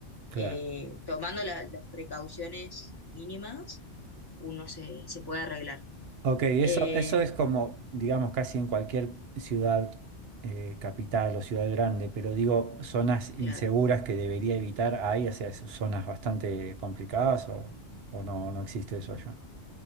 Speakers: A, on the right (about 60°); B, on the left (about 30°).
A: claro.
B: Eh, tomando la- las precauciones mínimas, uno se, se puede arreglar.
A: Ok, eso,
B: Eh,
A: eso es como, digamos, casi en cualquier ciudad, eh, capital o ciudad grande, pero digo, zonas inseguras
B: claro.
A: que debería evitar, ¿hay? O sea, es- zonas bastante complicadas o, o no, no existe eso allá.